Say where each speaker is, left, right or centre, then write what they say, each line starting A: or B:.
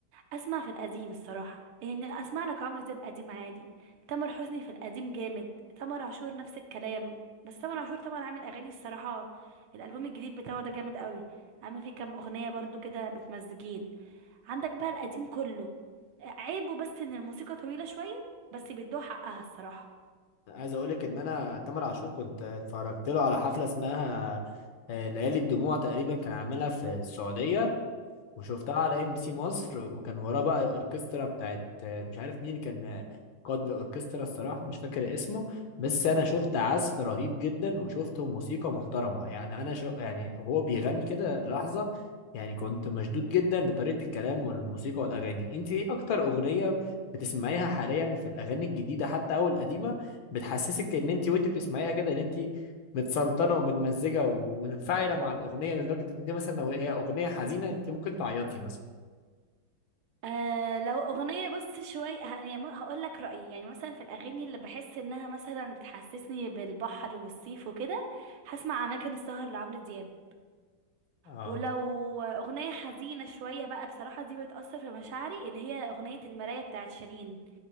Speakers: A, on the right; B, on the left.
A: اسمع في القديم الصراحه يعني اسمع لك عمرو دياب قديم عادي تامر حسني في القديم جامد تامر عاشور نفس الكلام بس تامر عاشور طبعا عامل اغاني الصراحه الالبوم الجديد بتاعه ده جامد قوي عامل فيه كام اغنيه برضو كده متمزجين عندك بقى القديم كله عيبه بس ان الموسيقى طويله شويه بس بيدوها حقها الصراحه
B: عايز اقولك ان انا تامر عاشور كنت اتفرجت له على حفله اسمها آه، ليالي الدموع تقريبا كان عاملها في السعوديه وشفتها على ام بي سي مصر وكان وراه بقى اوركسترا بتاعت مش عارف مين كان قائد الاوركسترا الصراحه مش فاكر اسمه بس انا شفت عزف رهيب جدا وشفته موسيقى محترمه يعني انا شو يعني هو بيغني كده لحظه يعني كنت مشدود جدا لطريقه الكلام والموسيقى والاغاني انت ايه اكتر اغنيه بتسمعيها حاليا في الاغاني الجديده حتى او القديمه بتحسسك ان انت وانت بتسمعيها كده ان انت متسلطنه ومتمزجه ومنفعله مع الاغنيه لدرجه ان دي مثلا لو هي اغنيه حزينه انت ممكن تعيطي مثلا
A: آه لو اغنيه بص شويه ه- يعني هقول لك رايي يعني مثلا في الاغاني اللي بحس انها مثلا بتحسسني بالبحر والصيف وكده هسمع اماكن السهر لعمرو دياب
B: اه
A: ولو اغنيه حزينه شويه بقى بصراحه دي بتاثر في مشاعري اللي هي اغنيه المرايه بتاعت شيرين اللي